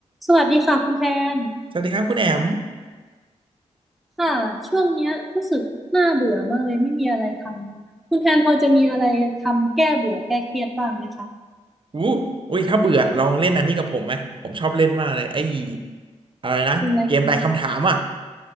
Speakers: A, in the centre; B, on the right.
A: สวัสดีค่ะคุณแทน
B: สวัสดีครับคุณแอม
A: ค่ะช่วงเนี้ยรู้สึกน่าเบื่อมากเลยไม่มีอะไรทำคุณแทนพอจะมีอะไรทำแก้เบื่อแก้เครียดบ้างไหมคะ
B: อู้อุ้ยถ้าเบื่อลองเล่นอันนี้กับผมไหมผมชอบเล่นมากเลยไอ้อะไรนะเกมทายคำถามอ่ะ
A: เป็นอะไรกันบ้าง